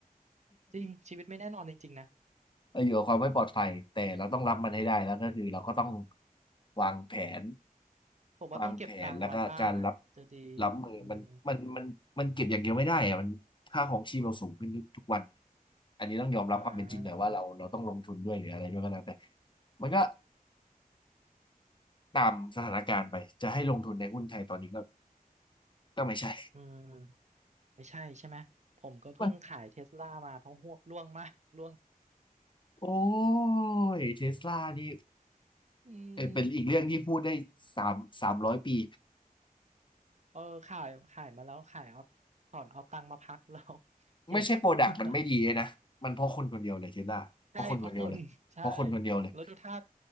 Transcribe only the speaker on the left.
เราอยู่กับความไม่ปลอดภัยแต่เราต้องรับมันให้ได้แล้วก็คือเราก็ต้องวางแผน
วางแผนแล้วก็การรับรับมือมันมันมันมันเก็บอย่างเดียวไม่ได้อะมันค่าของชีพเราสูงขึ้นทุกทุกวัน
อันนี้ต้องยอมรับความเป็นจริงหน่อยว่าเราเราต้องลงทุนด้วยหรืออะไรด้วยก็แล้วแต่
มันก็ ตามสถานการณ์ไปจะให้ลงทุนในหุ้นไทยตอนนี้ก็ก็ไม่ใช่
<laughs> มันโอ้ยเทสลานี่
เอ่อเป็นอีกเรื่องที่พูดได้สามสามร้อยปี
ไม่ใช่โปรดักต์มันไม่ดีเลยนะมันเพราะคนคนเดียวเลยเทสลาเพราะคนคนเดียวเลยเพราะคนคนเดียวเลย